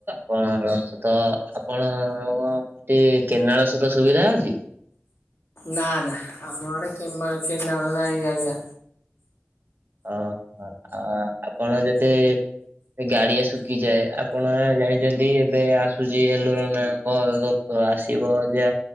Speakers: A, on the right; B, on the left.
A: କଣ ତ ଆପଣ କ ଏଠି କେନାଳ ସତ ସୁବିଧା ଅଛି?
B: ନା, ନା ଆମ ଆଡେ କେମା କେନାଳ ନାହିଁ ଆଜ୍ଞା।
A: ଓହୋ! ଆ ଆପଣ ଯେତେ ଏ ଗାଡିଆ ଶୁଖିଯାଏ। ଆପଣ ଜାଣିଛନ୍ତି, ଏବେ ଆସୁଛି ଏଲୋନନା ନା କଗ ଆସିବ ଯା